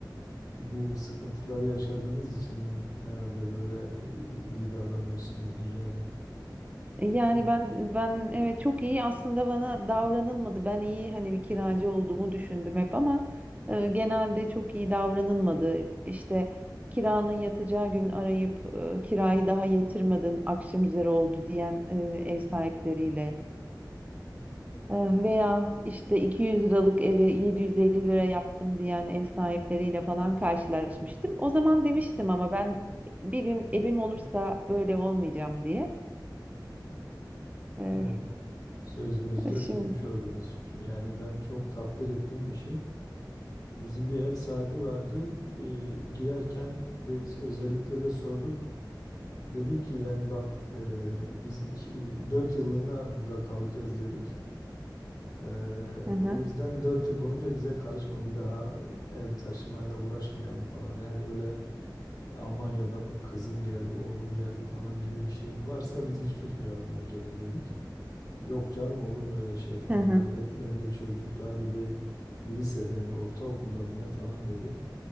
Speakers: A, on the left (about 55°); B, on the right (about 20°).
A: bu sıkıntıları yaşadığınız için herhalde böyle e, iyi davranıyorsunuzdur yani.
B: E, Yani
A: Çünkü
B: ben ben evet çok iyi aslında bana davranılmadı. Ben iyi hani bir kiracı olduğumu düşündüm hep ama e, genelde çok iyi davranılmadı. İşte kiranın yatacağı gün arayıp e, kirayı daha yatırmadın akşam üzeri oldu diyen e, ev sahipleriyle E, veya işte 200 liralık eve 750 lira yaptım diyen ev sahipleriyle falan karşılaşmıştım. O zaman demiştim ama ben bir gün evim olursa böyle olmayacağım diye. E,
A: Evet. Sözünüzü de
B: şimdi
A: tutmuş oldunuz. Yani ben çok takdir ettiğim bir şey. Bizim bir ev sahibi vardı. Bir girerken de özellikle de sorduk. Dedik ki yani bak e, biz iki, dört yıllığına burada kalacağız dedik. E,
B: Hı hı.
A: o yüzden 4 yıl boyunca bize karışma bir daha ev taşımayla uğraşmayalım falan. Yani öyle "E, Almanya'dan kızım geldi, oğlum geldi falan gibi bir şeyin varsa biz hiç tutmayalım önceden dedik. Yok canım olur mu öyle şey falan.
B: Hı hı.
A: Ben de ben de çocuk daha dedi lisede mi ortaokulda mı ne falan dedi.